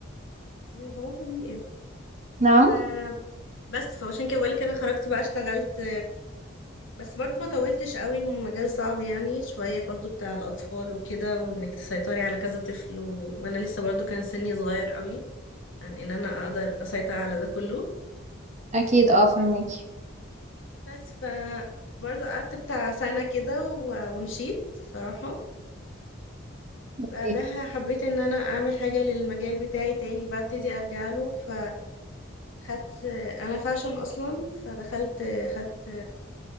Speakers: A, on the left; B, on the right.
A: يعني خلاص دي ايه
B: نعم
A: فبس فعشان كده بقولك انا خرجت بقى اشتغلت بس برضو ما طولتش قوي مجال صعب يعني شوية برضو بتاع الأطفال وكده وإنك تسيطري على كذا طفل و... وأنا لسه برضو كان سني صغير قوي عن إن أنا أقدر أسيطر على ده كله
B: اكيد اه فهماكي
A: بس ف برضو قعدت بتاع سنة كده و... ومشيت صراحة
B: اوكي
A: بعدها حبيت إن أنا أعمل حاجة للمجال بتاعي تاني بقى ابتدي أرجع له ف خدت أنا فاشن أصلا فدخلت خدت